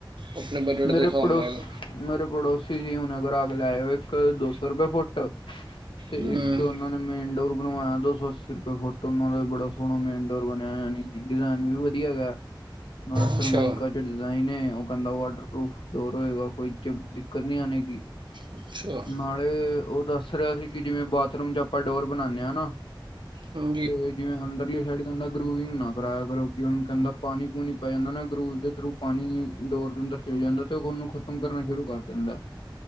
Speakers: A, on the right; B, on the left.
A: ਆਪਣੇ ਬਜਟ
B: ਮੇਰੇ
A: ਦੇ ਹਿਸਾਬ
B: ਪੜੋ
A: ਨਾਲ
B: ਮੇਰੇ ਪੜੋਸੀ ਸੀ ਹੁਨਗਰਾ ਕੇ ਲੈਏ ਹੋ ਇੱਕ ਦੋ ਸੌ ਰੁਪਏ ਫੁੱਟ ਤੇ
A: ਹੂੰ
B: ਇੱਕ ਉਹਨਾਂ ਨੇ ਮੇ ਇਨਡੋਰ। ਬਣਵਾਇਆ ਦੋ ਸੌ ਅੱਸੀ ਰੁਪਏ ਫੁੱਟ ਉਹ ਦਾ ਵੀ ਬੜਾ ਸੋਹਣਾ ਮੇਨ ਡੋਰ ਬਣਿਆ ਯੀ ਡਿਜ਼ਾਇਨ ਵੀ ਵਧੀਆ ਹੈਗਾ। ਸਰ
A: ਅੱਛਾ
B: ਮਾਈਕ ਜੋ ਡਿਜ਼ਾਇਨ ਹੈ ਉਹ ਕਹਿੰਦਾ ਵਾਟਰਪੂਫ ਡੋਰ ਹੋਏਗਾ ਕੋਈ ਦਿੱਕਤ ਨਹੀਂ ਆਣੇਗੀ
A: ਅੱਛਾ
B: ਨਾਲੇ ਉਹ ਦੱਸ ਰਿਹਾ ਸੀ ਕਿ ਜਿਵੇਂ ਬਾਥਰੂਮ ਚ ਆਪਾਂ ਡੋਰ ਬਣਾਉਦੇ ਹਾਂ ਨਾ
A: ਹਮ।
B: ਤੇ ਜਿਵੇਂ ਅੰਦਰਲੀ ਸਾਈਡ ਕਹਿੰਦਾ ਗਰੂਵਿੰਗ ਨਾ ਕਰਾਇਆ ਕਰੋ ਉਹਨੂੰ ਕਹਿੰਦਾ ਪਾਣੀ ਪੂਣੀ ਪੈ ਜਾਂਦਾ ਨਾ। ਦੇ ਥਰੂ ਪਾਣੀ ਡੋਰ ਦੇ ਅੰਦਰ ਚਲੇ ਜਾਂਦਾ। ਤੇ ਉਹ ਉਹਨੂੰ ਖ਼ਤਮ ਕਰਨਾ ਸ਼ੁਰੂ ਕਰ ਦਿੰਦਾ।